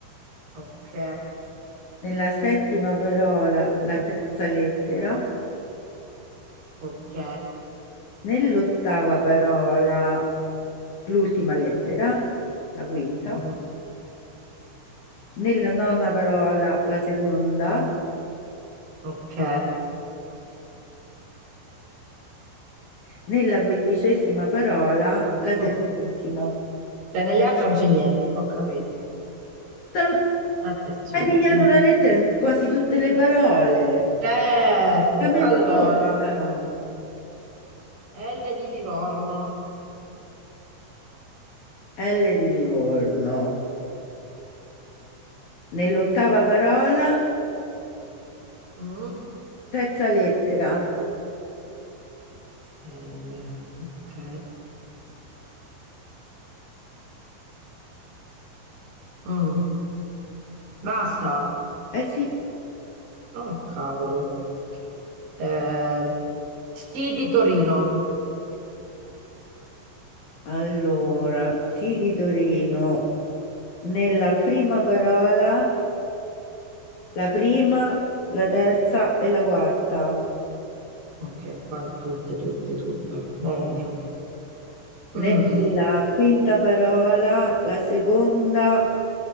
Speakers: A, on the right; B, on the left.
A: ok,
B: nella settima parola la
A: mm,
B: terza lettera,
A: ok,
B: nell'ottava parola l'ultima lettera, la quinta,
A: mm,
B: nella nona parola la seconda,
A: ok.
B: nella quindicesima parola la terz'ultima.
A: Mm. Cioè, nelle altre non c'è niente, ho capito.
B: Te lo-
A: È terz'ultima.
B: Hai pigliato la lettera in quasi tutte le parole.
A: Certo.
B: Lamentosa.
A: Allora, L di Livorno.
B: L di Livorno. Nell'ottava parola,
A: Mm?
B: terza lettera.
A: L. Ok. Mm. Basta.
B: Eh sì,
A: Oh, cavolo. Eh, T di Torino.
B: allora, T di Torino. Nella prima parola, la prima, la terza e la quarta.
A: Ok, qua è tutte, tutte, tutte. No, vediamo. Mm.
B: Nella quinta parola, la seconda